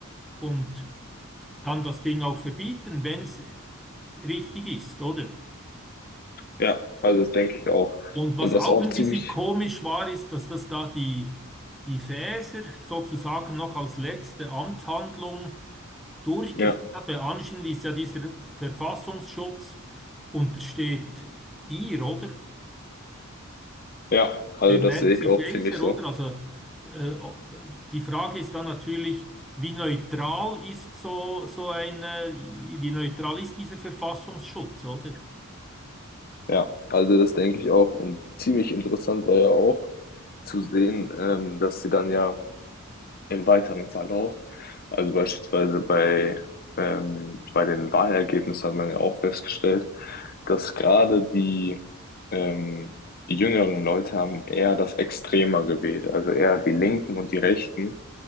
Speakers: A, in the centre; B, on the left.
A: und dann das Ding auch verbieten, wenn es richtig ist, oder?
B: Ja, also das denke ich auch.
A: Und was
B: Und das
A: auch
B: auch
A: ein
B: ziemlich,
A: bisschen komisch war, ist, dass das da die, die Fäser sozusagen noch als letzte Amtshandlung durchgeführt
B: ja,
A: hat, weil anscheinend ist ja dieser Verfassungsschutz untersteht ihr, oder?
B: ja, also
A: der
B: das
A: Nancy
B: sehe ich auch
A: Faeser,
B: ziemlich so.
A: oder? Also äh, die Frage ist dann natürlich, wie neutral ist so, so ein, äh, wie neutral ist dieser Verfassungsschutz, oder?
B: Ja, also das denke ich auch. Und ziemlich interessant war ja auch zu sehen, ähm, dass sie dann ja im weiteren Verlauf, also beispielsweise bei, ähm, bei den Wahlergebnissen hat man ja auch festgestellt, dass gerade die ähm, jüngeren Leute haben eher das Extremer gewählt, also eher die Linken und die Rechten.